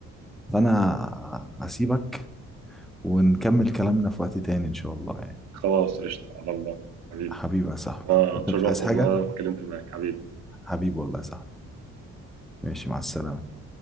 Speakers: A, in the centre; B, on the right.
A: فانا هسيبك ونكمل كلامنا في وقت تاني ان شاء الله يعني
B: خلاص قشطه على الله حبيبي
A: حبيبي يا صاحبي
B: اه
A: انت
B: اتشرفت
A: مش عايز حاجة
B: ان انا اتكلمت معاك حبيبي
A: حبيبي والله يا صاحبي ماشي مع السلامة